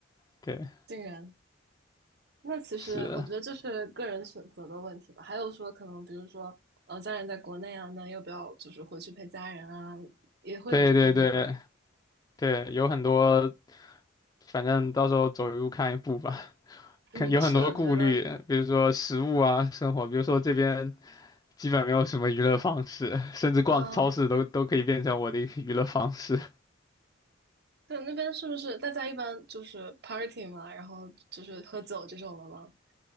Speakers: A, on the left; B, on the right.
A: 对，
B: 竟然。那其实我觉得这是个人选择的问题吧。
A: 是，
B: 还有说，可能比如说，呃，家人在国内啊，那要不要就是回去陪家人啊，也会有这方面考虑。
A: 对对对对，有很多，反正到时候走一步看一步吧。
B: <laughs>
A: 看有很多顾虑，
B: 嗯，是的，我觉得
A: 比如说食物啊，生活，比如说这边基本没有什么娱乐方式，甚至逛超市都都可以变成我的一个娱乐方式。
B: 啊，对，那边是不是大家一般就是 party 嘛，然后就是喝酒这种的吗？